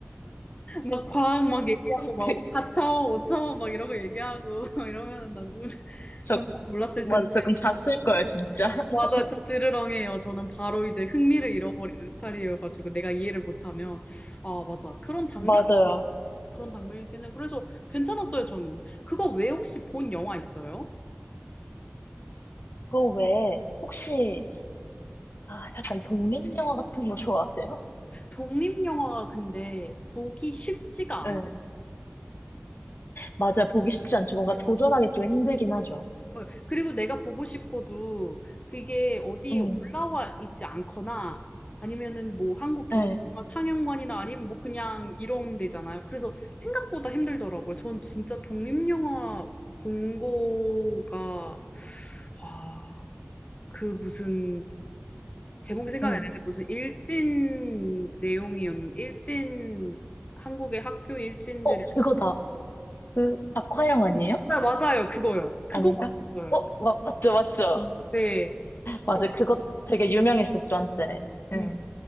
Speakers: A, on the left; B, on the left.
A: 막 과학 막 얘기하고, 막
B: 그,
A: 4차원, 5차원 막 이러고 얘기하고 <laughs> 이러면은 난 우,
B: 저,
A: 정말 몰랐을
B: 맞아.
A: 텐데.
B: 저 그럼 잤을 거예요, 진짜. <laughs>
A: 맞아, 저 드르렁해요. 저는 바로 이제 흥미를 잃어버리는 스타일이어가지고 내가 이해를 못하면. 아, 맞아. 그런 장벽
B: 맞아요.
A: 그런 장면이긴해요 그래서 괜찮았어요, 저는. 그거 외에 혹시 본 영화 있어요?
B: 그거 외에, 혹시, 아, 약간 독립영화 같은 거 좋아하세요?
A: 독립영화가 근데 보기 쉽지가
B: 네.
A: 않아.
B: 맞아요. 보기 쉽지 않죠. 뭔가 도전하기 좀 힘들긴 하죠.
A: 어, 그리고 내가 보고 싶어도 그게 어디
B: 응.
A: 올라와 있지 않거나 아니면은 뭐 한국 독립영화
B: 네.
A: 상영관이나 아니면 뭐 그냥 이런 데잖아요. 그래서 생각보다 힘들더라고요. 전 진짜 독립영화 본 거가, 와, 그 무슨 제목이 생각이
B: 음.
A: 안 나는데 무슨 일진 내용이었는 일진 한국의 학교 일진들의
B: 어, 그거다. 그, 박화영 아니에요?
A: 아, 맞아요 그거요 그거
B: 아닌가?
A: 봤었어요
B: 어, 맞죠, 맞죠.
A: 네 그거
B: 맞아요.
A: 봤-
B: 그거 음. 되게 유명했었죠, 한때.
A: 음,
B: 응.